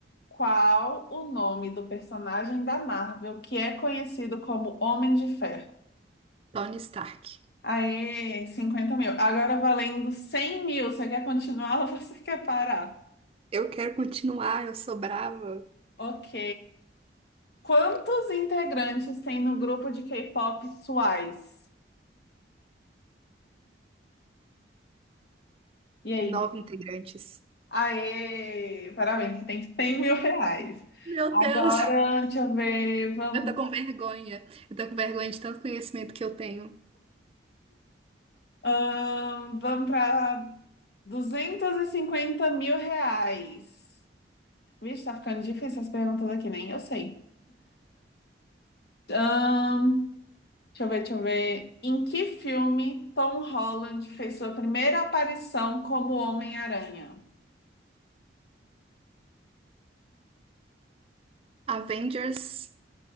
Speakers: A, on the left; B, on the right.
A: Qual o nome do personagem da Marvel que é conhecido como Homem de Ferro?
B: Tony Stark.
A: Aê, 50 mil. Agora valendo 100 mil. Você quer continuar <laughs> ou você quer parar?
B: Eu quero continuar, eu sou brava.
A: Ok. Quantos integrantes tem no grupo de K-pop Twice? E aí?
B: Nove integrantes.
A: Aê! Parabéns, você tem cem mil reais.
B: Meu
A: Agora,
B: Deus,
A: deixa eu ver, vamos,
B: eu tô com vergonha. Eu tô com vergonha de tanto conhecimento que eu tenho.
A: ahn, vamos para duzentos e cinquenta mil reais. Vixe, tá ficando difícil as perguntas aqui, nem eu sei. Ahn, deixa eu ver, deixa eu ver. Em que filme Tom Holland fez sua primeira aparição como Homem-Aranha?
B: Avengers.